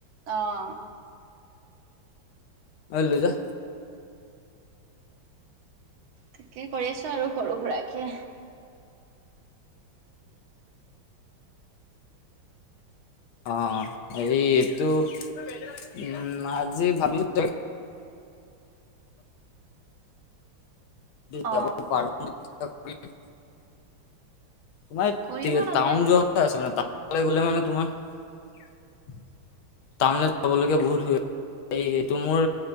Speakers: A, on the right; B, on the left.
A: অঁ।
B: লৈ যা।
A: তাকেই কৰি আছো আৰু সৰু সুৰাকে।
B: অঁ এই এইটো- উম আজি ভাবিছোঁ
A: <unintelligible> অ
B: যাব পাৰ <unintelligible> তোমাৰ
A: কৰিব লাগে
B: টাউন যোৱা কথা আছে মানে টাউনলে গ'লে মানে তোমাৰ- টাউনলৈ যাবলগীয়া বহুত হৈ- এই এইটো মোৰ